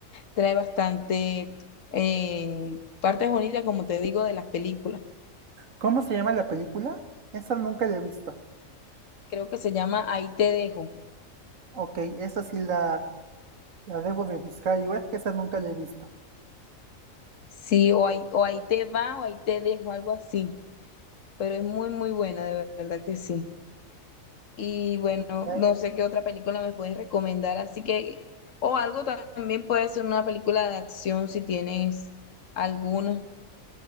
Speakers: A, on the left; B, on the right.
A: trae bastante eh, partes bonitas, como te digo, de las películas.
B: ¿cómo se llama la película? Esa nunca la he visto.
A: Creo que se llama Ahí te dejo.
B: Ok, esa sí la, la debo de buscar y ver que esa nunca la he visto.
A: Sí, o ahí, o ahí te va o ahí te dejo, algo así. Pero es muy, muy buena, de verdad que sí. Y bueno,
B: Ya,
A: no
B: ya,
A: sé qué otra película me puedes recomendar, así que, o algo también puede ser una película de acción si tienes alguna.